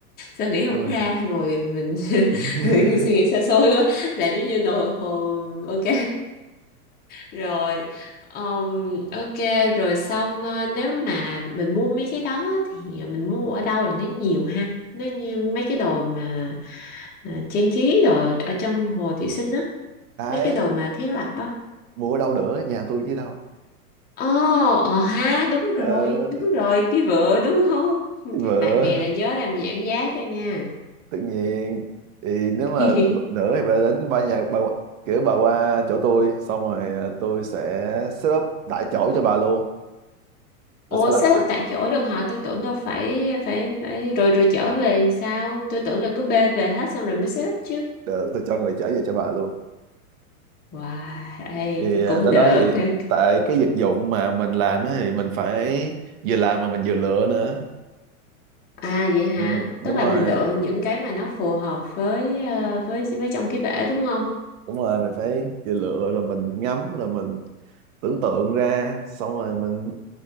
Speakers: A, on the left; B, on the right.
A: sao nghĩ không
B: đúng rồi
A: ra ngồi mình <laughs>
B: <laughs>
A: suy nghĩ xa xôi quá làm giống như nồi hồ ok rồi ờm, ok rồi xong ờ, nếu mà mình mua mấy cái đó thì mình mua ở đâu là nó nhiều ha nó như mấy cái đồ mà à, trang trí đồ ở trong Hồ Thủy Sinh á
B: cái
A: mấy cái đồ mà thiết lập á
B: mua ở đâu nữa nhà tôi chứ đâu
A: Ồ, ờ ha, đúng
B: ờ,
A: rồi, đúng rồi, cái vựa đúng không? <laughs>
B: cái vợ
A: Bạn bè là nhớ làm giảm giá cho nha.
B: tự nhiên thì nếu mà
A: <laughs>
B: đỡ thì bà đến ba nhà bà kiểu bà qua chỗ tôi xong rồi à, tôi sẽ set up tại chỗ cho bà luôn tôi
A: Ồ,
B: sẽ làm
A: xếp
B: sẵn
A: tại chỗ được hả? Tôi tưởng đâu phải phải phải rồi rồi trở về sao? Tôi tưởng là cứ bê về hết xong rồi mới xếp chứ.
B: được tôi cho người chở về cho bà luôn
A: Wow, ê,
B: thì à,
A: cũng
B: tới
A: được.
B: đó thì
A: <laughs>
B: tại cái vật dụng mà mình làm á thì mình phải vừa làm mà mình vừa lựa nữa
A: À vậy hả?
B: ừ,
A: Tức
B: đúng
A: là
B: rồi
A: mình lựa những cái mà nó phù hợp với ờ, với với trong cái bể đúng không?
B: đúng rồi mình phải vừa lựa rồi mình ngắm rồi mình tưởng tượng ra xong rồi mình